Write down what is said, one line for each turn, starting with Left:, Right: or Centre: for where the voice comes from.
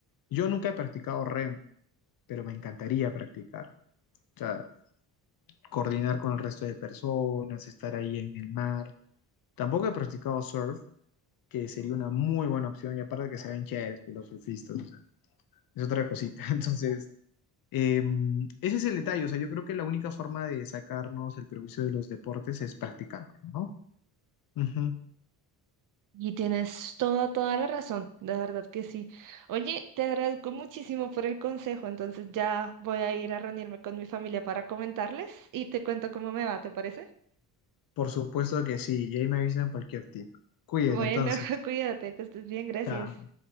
Left: yo nunca he practicado remo, pero me encantaría practicar. O sea, coordinar con el resto de personas, estar ahí en el mar. Tampoco he practicado surf, que sería una muy buena opción, y aparte que se ven chéveres pues, los surfistas, o sea, es otra cosita. <laughs> Entonces, Eh, ese es el detalle, o sea, yo creo que la única forma de sacarnos el prejuicio de los deportes es practicándolo, ¿no? Ujú.
Right: Y tienes toda, toda la razón, de verdad que sí. Oye, te agradezco muchísimo por el consejo, entonces ya voy a ir a reunirme con mi familia para comentarles y te cuento cómo me va, ¿te parece?
Left: Por supuesto que sí, y ahí me avisan cualquier tip. Cuídate
Right: Bueno,
Left: entonces.
Right: <laughs> cuídate, que estés bien, gracias.
Left: Chao.